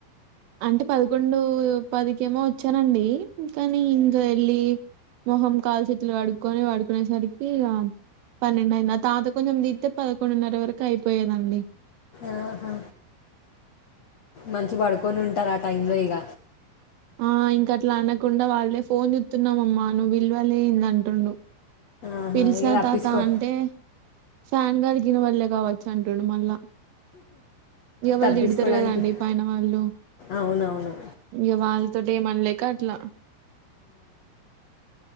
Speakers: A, on the right; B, on the left.
A: అంటే పదకొండు పదికేమో వచ్చానండి కానీ ఇంకా వెళ్ళి మొహం కాలు చేతులు కడుకునే పడుకునేసరికి ఇగ పన్నెండు అయింది అ తాత కొంచం తీతే పదకొండున్నర వరకు అయిపోయేదండి
B: ఆహా మంచి పడుకు కొని ఉంటారు ఆ టైంలో ఇక
A: ఆ ఇంకా అట్లా అన్న కుండా వాళ్ళే ఫోన్ చ్చుతున్నామమ్మా నువ్ పిల్వలేంద అంటుడు
B: ఆహా
A: పిల్సా
B: ఇక తప్పించుకో
A: తాత అంటే ఫాన్ గాలికి వినపల్లె కావచ్చు అంటుడు మళ్ళా ఇక వాళ్ళు
B: తప్పించుకోవడానికి
A: తిడుతారు కదాండి పైన వాళ్ళు
B: అవునవును
A: ఇక వాళ్ళతో ఏ మన్లె క కట్లా